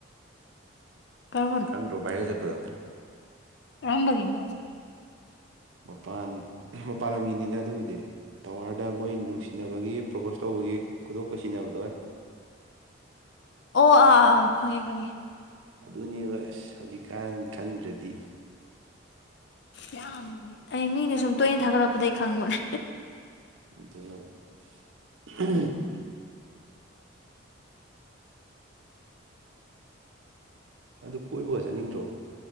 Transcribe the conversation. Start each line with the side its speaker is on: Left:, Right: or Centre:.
Left: ꯀꯔꯝꯕꯅꯣ
Right: ꯈꯪꯗꯔꯣ ꯕꯥꯢꯔꯦꯜ ꯆꯠꯄꯗꯣ꯫
Left: ꯔꯝꯕꯒꯤꯅꯣ
Right: ꯃꯄꯥꯟ ꯃꯄꯥꯟ ꯂꯝꯒꯤꯅꯤꯅ ꯑꯗꯨꯕꯨꯗꯤ꯫ ꯇꯋꯥꯔꯗ ꯃꯣꯏ ꯅꯨꯡꯁꯤꯅꯕꯒꯤ ꯄ꯭ꯔꯣꯄꯣꯁ ꯇꯧꯕꯒꯤ ꯈꯨꯗꯣꯄ ꯁꯤꯖꯤꯟꯅꯕꯗ ꯑꯣꯏ
Left: ꯑꯣ ꯑꯥ ꯑꯥ ꯑꯥ ꯈꯪꯉꯦ ꯈꯪꯉꯦ
Right: ꯑꯗꯨꯅꯦꯕ ꯑꯁ ꯍꯧꯖꯤꯛꯀꯥꯟ ꯈꯪꯗ꯭ꯔꯗꯤ꯫
Left: ꯌꯥꯝ ꯑꯩ ꯃꯤꯅ ꯁꯨꯝ ꯇꯣꯏꯅ ꯊꯥꯒꯠꯂꯛꯄꯗꯒꯤꯩ ꯈꯪꯕꯅꯦ
Right: <unintelligible> ꯑꯗꯨ ꯀꯣꯏꯕꯒ ꯆꯠꯅꯤꯡꯗ꯭ꯔꯣ